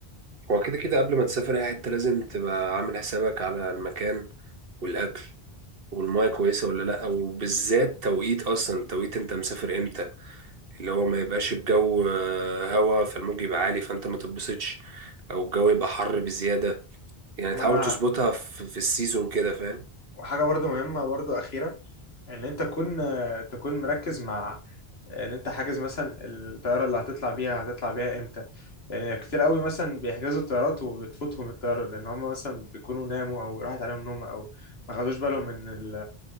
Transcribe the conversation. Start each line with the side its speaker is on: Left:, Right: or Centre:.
Right: هو كده كده قبل ما تسافر اي حتة لازم تبقى عامل حسابك على المكان والاكل والمية كويسة ولا لأ وبالذات توقيت أصلا توقيت أنت مسافر إمتى اللي هو ما يبقاش الجو آه، هوا فالموج يبقى عالي فأنت ما تتبسطش أو الجو يبقى حر بزيادة يعني
Left: ما
Right: تحاول
Left: انا
Right: تظبطها في, في السيزون كده فاهم
Left: وحاجه برضو مهمه برضو اخيره ان انت تكون تكون مركز مع ان انت حاجز مثلا الطياره اللي هتطلع بيها هتطلع بيها امتى لان كتير قوي مثلا بيحجزوا الطيارات وبتفوتهم الطياره لان هم مثلا بيكونوا ناموا او راحت عليهم نوم او ما خدوش بالهم ان ال...